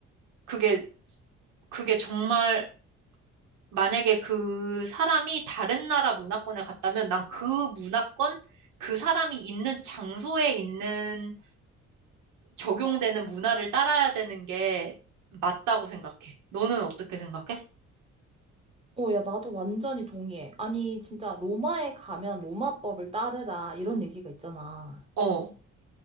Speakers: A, on the right (about 85°); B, on the right (about 20°).
A: 그게, 그게 정말 만약에 그 사람이 다른 나라 문화권에 갔다면 난 그 문화권, 그 사람이 있는 장소에 있는 적용되는 문화를 따라야 되는 게 맞다고 생각해. 너는 어떻게 생각해?
B: 오, 야, 나도 완전히 동의해. 아니, 진짜 로마에 가면 로마법을 따르라 이런 얘기가 있잖아.
A: 어.